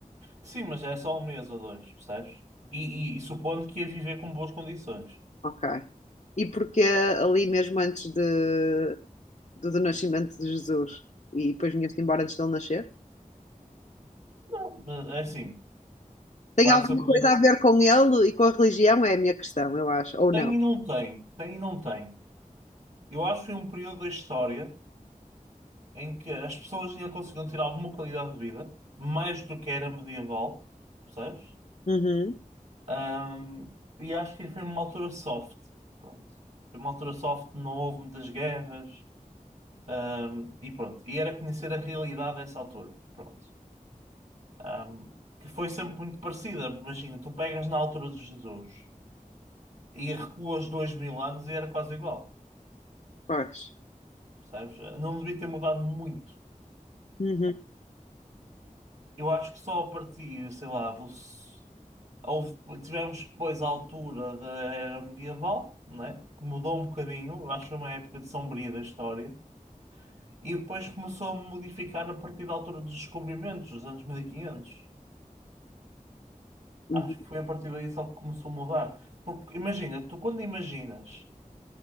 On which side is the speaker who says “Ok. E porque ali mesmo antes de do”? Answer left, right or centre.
Left